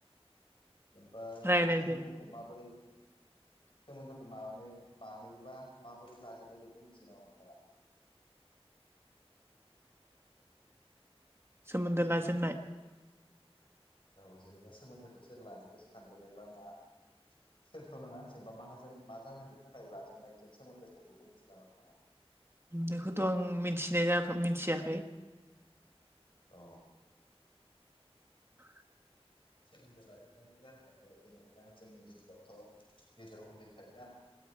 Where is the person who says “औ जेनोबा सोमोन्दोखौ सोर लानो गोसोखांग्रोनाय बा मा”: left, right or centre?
Left